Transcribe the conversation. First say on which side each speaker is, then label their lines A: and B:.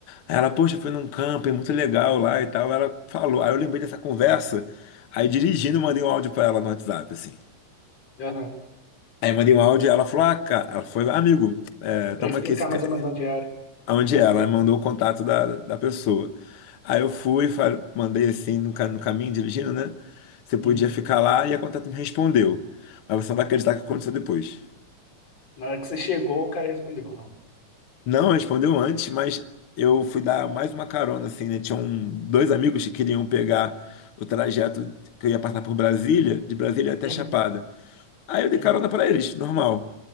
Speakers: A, on the left (about 70°); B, on the left (about 50°).
A: Aí ela, poxa, foi num camping muito legal lá e tal. Ela falou, aí eu lembrei dessa conversa. Aí dirigindo, mandei um áudio pra ela no WhatsApp, assim.
B: aham.
A: Aí mandei um áudio e ela falou, ah, cara, ela foi, amigo, é, toma
B: Pra explicar
A: aqui esse ca-
B: mais ou menos onde era.
A: Onde
B: Aham,
A: é? Ela me mandou o contato da, da pessoa. Aí eu fui, fa- mandei assim no, ca- no caminho, dirigindo, né? Você podia
B: uhum.
A: ficar lá e a contato me respondeu. Mas você não vai acreditar o que aconteceu depois.
B: Na hora que você chegou, o cara respondeu, não.
A: Não, respondeu antes, mas eu fui dar mais uma carona, assim, né? Tinha um dois amigos que queriam pegar o trajeto que eu ia passar por Brasília, de Brasília até
B: Uhum,
A: Chapada. Aí eu dei
B: uhum,
A: carona pra eles, normal.